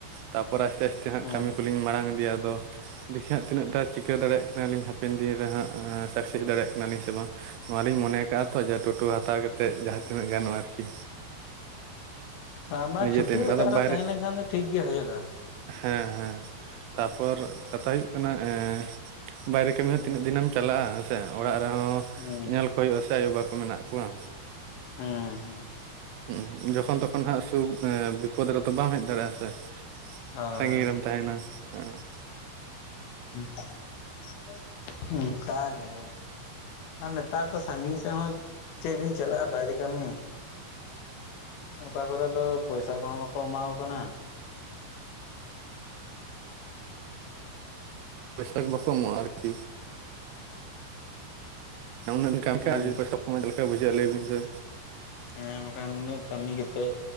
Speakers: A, on the right; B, on the left.
A: ᱛᱟᱨᱯᱚᱨ ᱟᱥᱛᱮ ᱟᱥ ᱛᱮ ᱦᱟᱸᱜ
B: ᱦᱮᱸ
A: ᱠᱟᱹᱢᱤ ᱠᱚᱞᱤᱧ ᱢᱟᱲᱟᱝ ᱤᱫᱤᱭᱟ᱾ ᱟᱫᱚ ᱫᱮᱠᱷᱮ ᱦᱟᱸᱜ ᱛᱤᱱᱟᱹᱜ ᱴᱟ ᱪᱤᱠᱟᱹ ᱫᱟᱲᱮᱭᱟᱜ ᱠᱟᱱᱟᱞᱤᱧ ᱦᱟᱯᱮᱱ ᱫᱤᱱ ᱨᱮ ᱦᱟᱸᱜ ᱥᱟᱠᱥᱮᱥ ᱫᱟᱲᱮᱭᱟᱜ ᱠᱟᱱᱟᱞᱤᱧ ᱥᱮ ᱵᱟᱝ᱾ ᱱᱚᱣᱟ ᱞᱤᱧ ᱢᱚᱱᱮ ᱟᱠᱟᱫ-ᱟ ᱛᱚ ᱡᱮ ᱴᱳᱴᱳ ᱦᱟᱛᱟᱣ ᱠᱟᱛᱮᱫ ᱡᱟᱦᱟᱸ ᱛᱤᱱᱟᱹᱜ ᱜᱟᱱᱚᱜ-ᱟ ᱟᱨᱠᱤ᱾
B: ᱵᱟᱝ ᱢᱟ
A: ᱱᱤᱡᱮ
B: ᱪᱷᱩᱴᱟᱹᱣ
A: ᱛᱮ ᱟᱫᱚ
B: ᱠᱟᱫ ᱨᱮᱦᱚᱸ
A: ᱵᱟᱭᱨᱮ
B: ᱛᱟᱦᱮᱸ ᱞᱮᱱᱠᱷᱟᱱ ᱫᱚ ᱴᱷᱤᱠ ᱜᱮ ᱦᱩᱭᱩᱜ-ᱟ᱾
A: ᱦᱮᱸ ᱦᱮᱸ ᱾ <inaudible> ᱛᱟᱯᱚᱨ ᱠᱟᱛᱷᱟ ᱦᱩᱭᱩᱜ ᱠᱟᱱᱟ ᱮᱸᱻ ᱵᱟᱭᱨᱮ ᱠᱟᱹᱢᱤ ᱦᱚᱸ ᱛᱤᱱᱟᱹᱜ ᱫᱤᱱ ᱮᱢ ᱪᱟᱞᱟᱜ-ᱟ ᱦᱮᱸᱥᱮ, ᱚᱲᱟᱜ ᱨᱮᱦᱚᱸ
B: ᱦᱮᱸ
A: ᱧᱮᱞ ᱠᱚ ᱦᱩᱭᱩᱜ-ᱟ ᱥᱮ ᱟᱭᱳ-ᱵᱟ ᱠᱚ ᱢᱮᱱᱟᱜ ᱠᱚᱣᱟ᱾
B: ᱦᱮᱸ ᱦᱮᱸ ᱾
A: ᱦᱮᱸ, ᱡᱚᱠᱷᱚᱱ ᱛᱚᱠᱷᱚᱱ ᱦᱟᱸᱜ ᱥᱩᱠ ᱵᱤᱯᱚᱫ ᱨᱮᱫᱚ ᱵᱟᱢ ᱦᱮᱡ ᱫᱟᱲᱮᱭᱟᱜ-ᱟ ᱥᱮ ᱾ <inaudible>
B: ᱦᱳᱭ
A: ᱥᱟᱺᱜᱤᱧ ᱨᱮᱢ ᱛᱟᱦᱮᱸᱱᱟ, ᱦᱮᱸ ᱾
B: <inaudible> ᱚᱱᱠᱟ ᱜᱮ᱾ ᱟᱨ ᱱᱮᱛᱟᱨ ᱫᱚ ᱥᱟᱹᱜᱤᱧ ᱥᱮᱫ ᱦᱚᱸ ᱪᱮᱫ ᱵᱤᱱ ᱪᱟᱞᱟᱜᱼᱟ ᱵᱟᱭᱨᱮ ᱠᱟᱹᱢᱤ, ᱚᱠᱟ ᱠᱚᱨᱮ ᱫᱚ ᱯᱚᱭᱥᱟ ᱠᱚᱦᱚᱸ ᱵᱟᱠᱚ ᱮᱢᱟᱣ ᱟᱠᱚ ᱠᱟᱱᱟ᱾
A: ᱯᱚᱭᱥᱟᱹ ᱵᱟᱠᱚ ᱮᱢᱚᱜ-ᱟ ᱟᱨ ᱠᱤ ᱟᱨ ᱩᱱᱟᱹᱜ ᱵᱤᱱ ᱠᱟᱹᱢᱤ
B: ᱦᱮᱸ
A: ᱠᱟᱭᱟ ᱯᱚᱭᱥᱟᱹ <inaudible> ᱢᱚᱡᱽ ᱞᱮᱠᱟ ᱵᱩᱡᱷᱟᱹᱜᱼᱟ ᱞᱟᱹᱭ ᱵᱤᱱ ᱥᱮ᱾
B: ᱦᱮᱸ ᱵᱟᱠᱷᱟᱱ ᱩᱱᱟᱹᱜ ᱠᱟᱹᱢᱤ ᱠᱟᱛᱮᱜ,